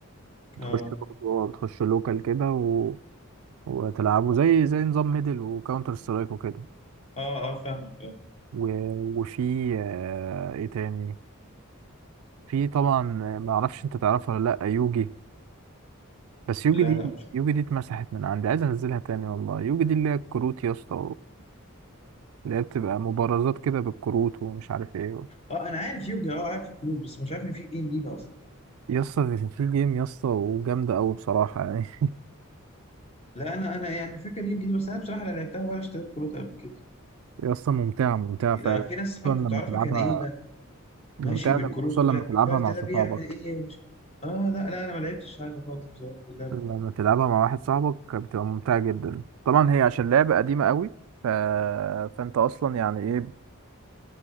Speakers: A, on the right (about 75°); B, on the left (about 30°).
A: بتخش
B: أه
A: برضو اه بتخش لوكال كده و... وتلعبوا زي زي نظام ميدل وكاونتر سترايك وكده
B: أه أه فاهمك أه
A: و... وفي آه، ايه تاني في طبعا ما اعرفش انت تعرفها ولا لا يوجي بس يوجي
B: لا
A: دي
B: لا مش فاهم.
A: يوجي دي اتمسحت من عندي عايز انزلها تاني والله يوجي دي اللي هي الكروت يا اسطى اللي هي بتبقى مبارزات كده بالكروت ومش عارف ايه
B: أه أنا عارف يوجي أه عارف الكروت بس مش عارف إن في جيم ليها أصلا
A: يا اسطى في في جيم يا اسطى وجامدة أوي بصراحة يعني
B: لا أنا أنا يعني فاكر يوجي دي بس أنا بصراحة لا لعبتها ولا اشتريت كروت قبل كده
A: <laughs> يا اسطى ممتعة ممتعة
B: لا
A: فعلا
B: في ناس أصحابي
A: خصوصا
B: كنت
A: لما
B: أعرفها
A: تلعبها
B: كان إيه بقى
A: ممتعة
B: ماشي بالكروت
A: لما- خصوصا
B: ويقول
A: لما
B: لك
A: تلعبها
B: الكارت
A: مع
B: ده
A: صحابك
B: بيعمل إيه ومش... أه لا لا أنا ما لعبتش حاجة خالص بصراحة باللعبة
A: لما
B: دي.
A: تلعبها مع واحد صاحبك بتبقى ممتعة جدا طبعا هي عشان لعبة قديمة أوي ف... فأنت أصلا يعني ايه